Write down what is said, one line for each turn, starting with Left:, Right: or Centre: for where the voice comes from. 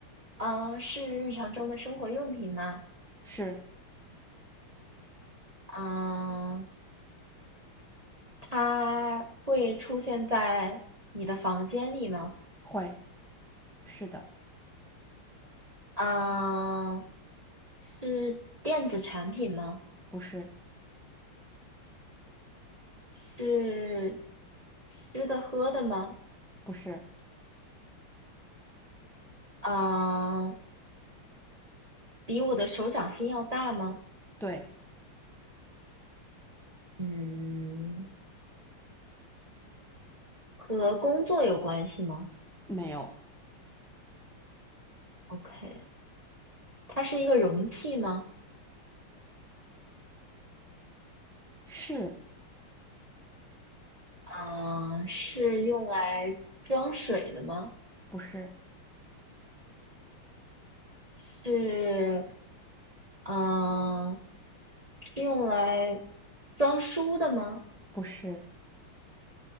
Right: 嗯、是日常中的生活用品吗？
Centre: 是
Right: 嗯、它会出现在你的房间里吗？
Centre: 会，是的。
Right: 啊，是电子产品吗？
Centre: 不是，
Right: 是吃的喝的吗？
Centre: 不是，
Right: 啊，比我的手掌心要大吗？
Centre: 对，
Right: 嗯，和工作有关系吗
Centre: 没有，
Right: ？OK，它是一个容器吗？
Centre: 是
Right: 啊，是用来装水的吗？
Centre: 不是？
Right: 是，嗯，是用来装书的吗？
Centre: 不是，